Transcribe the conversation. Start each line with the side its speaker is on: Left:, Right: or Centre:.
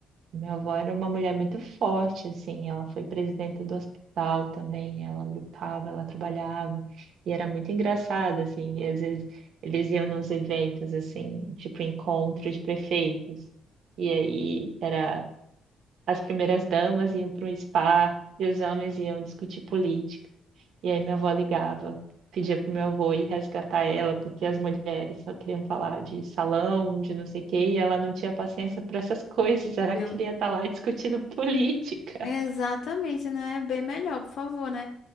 Right: Minha avó era uma mulher muito forte, assim, ela foi presidenta do hospital também, ela lutava, ela trabalhava, e era muito engraçada, assim, e às vezes eles iam nos eventos, assim, tipo encontro de prefeitos, e aí era, as primeiras damas iam para um spa, e os homens iam discutir política, e aí minha avó ligava, pedia pro meu avô ir resgatar ela, porque as mulheres só queriam falar de salão, de não sei o quê, e ela não tinha paciência para essas <laughs> coisas, ela
Left: Pelo,
Right: queria estar lá discutindo <laughs> política.
Left: É, Exatamente, né? Bem melhor, por favor, né?